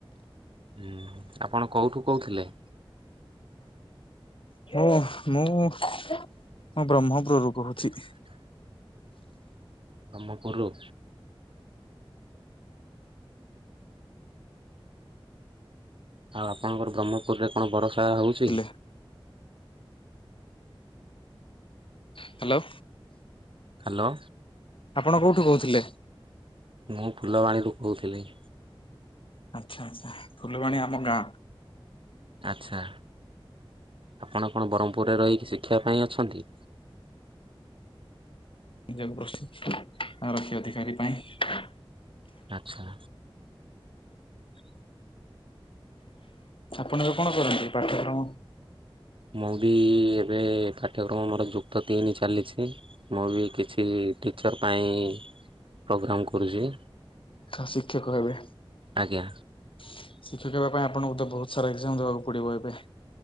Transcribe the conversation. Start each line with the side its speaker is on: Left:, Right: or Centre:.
Right: ହୁଁ ଆପଣ କୋଉଠୁ କହୁଥିଲେ?
Left: ମୁଁ ମୁଁ ବ୍ରହ୍ମପୁରରୁ କହୁଛି।
Right: ବ୍ରହ୍ମପୁୁର। ଆଉ ଆପଣଙ୍କର ବ୍ରହ୍ମପୁରରେ କଣ ବର୍ଷା ହଉଛି?
Left: ଥିଲେ ହ୍ୟାଲୋ।
Right: ହ୍ୟାଲୋ।
Left: ଆପଣ କୋଉଠୁ କହୁଥିଲେ?
Right: ମୁଁ ଫୁଲବାଣୀରୁ କହୁଥିଲି।
Left: ଆଚ୍ଛା ଆଚ୍ଛା ଫୁଲବାଣୀ ଆମ ଗାଁ।
Right: ଆଚ୍ଛା ଆପଣ କଣ ବ୍ରହ୍ମପୁରରେ ରହିକି ଶିଖିବା ପାଇଁ ଅଛନ୍ତି।
Left: ନିଜକୁ <unintelligible> ଆରକ୍ଷୀ ଅଧିକାରୀ ପାଇଁ।
Right: ଆଚ୍ଛା।
Left: ଆପଣ ଏବେ କଣ କରନ୍ତି ପାଠ୍ୟକ୍ରମ?
Right: ମୁଁ ବି ଏବେ ପାଠ୍ୟକ୍ରମ ମୋର ଯୁକ୍ତ ତିନି ଚାଲିଛି। ମୁଁ ବି କିଛି ଟିଚର୍ ପାଇଁ ପ୍ରୋଗ୍ରାମ କରୁଛି।
Left: ତ ଶିକ୍ଷକ ହେବେ।
Right: ଆଜ୍ଞା।
Left: ଶିକ୍ଷକ ହେବା ପାଇଁ ଆପଣଙ୍କୁ ତ ବହୁତ ସାରା ଏକ୍ଜାମ ଦେବାକୁ ପଡିବ ଏବେ।